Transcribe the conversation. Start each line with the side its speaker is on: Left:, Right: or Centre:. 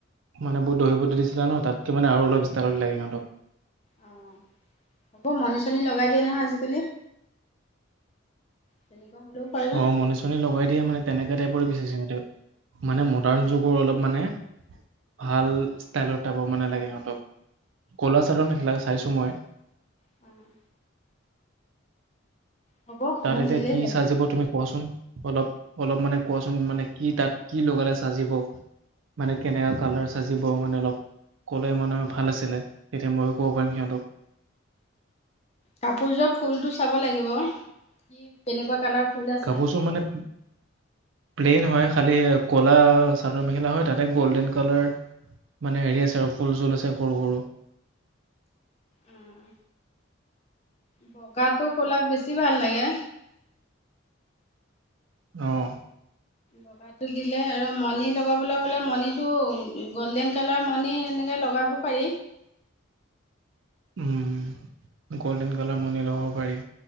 Right: মানে বুত দহিবু দিছিলা নহয়, তাতকে মানে আৰু অলপষ্টালত লাগে সিহতক
Left: অ হ'ব মনি চনি লগাই দিয়ে নহয় আজিকালি তেনেকুৱা হ'লেও পাৰো
Right: অ, মণি চনি লগাই দিয়ে মানে তেনেকে টাইপৰে বিচাৰিছিল তেওঁ মানে মডাৰ্ণ
Left: উম
Right: যুগৰ অলপ মানে ভাল ষ্টাইলৰ টাইপৰ মানে, লাগে সিহঁতক ক'লা চাদৰ
Left: অ
Right: মেখেলা চাইছো মই
Left: অ'। হ'ব
Right: তাত
Left: মোক
Right: এতিয়া
Left: দিলেই
Right: কি
Left: হ'ল
Right: চাজিব তুমি কোৱাচোন অলপ অলপ মানে কোৱাচোন মানে কি তাত কি লগালে চাজিব। মানে কেনেকা কালাৰ চাজিব মানে অলপ ক'লে মানে ভাল আছিলে, এতিয়া ময়ো ক'ব পাৰিম সিহঁতক।
Left: কাপোৰযোৰ ফুলটো চাব লাগিব। কি কেনেকুৱা কালাৰ। ফুল আছে
Right: কাপোৰযোৰ মানে প্লেইন হয় খালি ক'লা চাদৰ মেখেলা হয় তাতে গ'ল্ডেন কালাৰ মানে হেৰি আছে আৰু ফুল চুল আছে সৰু সৰু।
Left: উম, বগাটো কলাত বেছি ভাল লাগে।
Right: অ'।
Left: বগাত দিলে আৰু মণি লগাবলৈ হ'লে মণিটো গ'ল্ডেন কালাৰ মণি এনেকে লগাব পাৰি।
Right: উম, গ'ল্ডেন কালাৰ মণি ল'ব পাৰি।